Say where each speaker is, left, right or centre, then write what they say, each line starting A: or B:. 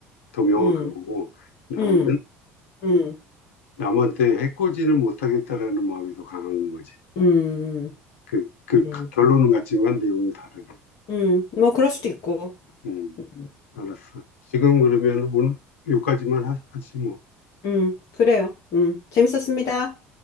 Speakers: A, on the left (about 75°); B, on the left (about 55°).
A: 더 명확한
B: 음,
A: 거고 나는
B: 음, 음,
A: 남한테 해코지를 못하겠다라는 마음이 더 강한 거지.
B: 음,
A: 그, 그
B: 음,
A: 결론은 같지만 내용이 다르네.
B: 음. 뭐 그럴 수도 있고
A: 음,
B: 음,
A: 알았어. 지금 그러면 오늘 여기까지만 하, 하지 뭐.
B: 음, 그래요 음, 재밌었습니다.